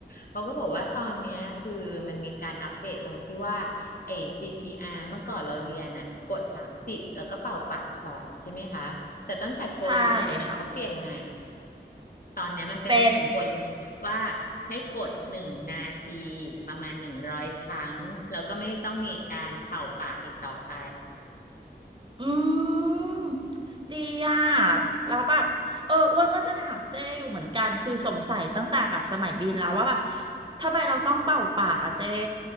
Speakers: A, on the left; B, on the right.
A: เขาก็บอกว่าตอนเนี้ยคือมันมีการอัปเดตตรงที่ว่าไอ้ CPR เมื่อก่อนเราเรียนอะกดสามสิบแล้วก็เป่าปากสองใช่ไหมคะแต่ตั้งแต่โควิดมาเขาเปลี่ยนใหม่
B: ใช่ค่ะ
A: ตอนเนี้ยมันเป็นสากล
B: เป็น
A: ว่าให้กดหนึ่งนาทีประมาณหนึ่งร้อยครั้งแล้วก็ไม่ต้องมีการเป่าปากอีกต่อไป
B: อืมดีอ่ะแล้วแบบเอออ้วนว่าจะถามเจ้อยู่เหมือนกันคือสงสัยตั้งแต่แบบสมัยบินแล้วว่าแบบทำไมเราต้องเป่าปากอ่ะเจ้